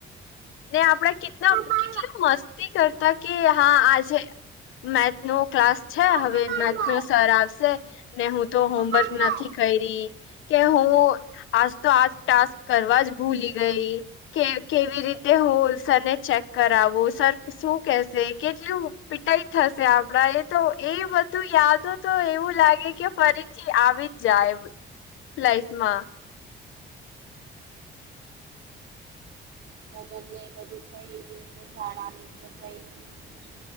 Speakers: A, on the left; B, on the right.
A: ને આપડા કેટલા
B: બાય બાય
A: કેટલી મસ્તી કરતા કે હા આજે મેથસ નો ક્લાસ છે
B: ટાટા
A: હવે
B: બાય બાય
A: મેથસ નો સર આવશે ને હું તો
B: ટાટા
A: હોમવર્ક
B: બાય
A: નથી
B: બાય
A: કરી કે હું આજ તો આજ ટાસ્ક કરવા જ ભૂલી ગઈ કે કેવી રીતે તે હોલ સર ને ચેક કરાવો સર શું કેશે કેટલું પીટાઈ થશે આપણા તો એ બધું યાદો તો એવું લાગે કે ફરીથી આવી જ જાય લાઈફ માં <inaudible>
B: બંને એ બધું થઈ ગયું શાળાનું કઈ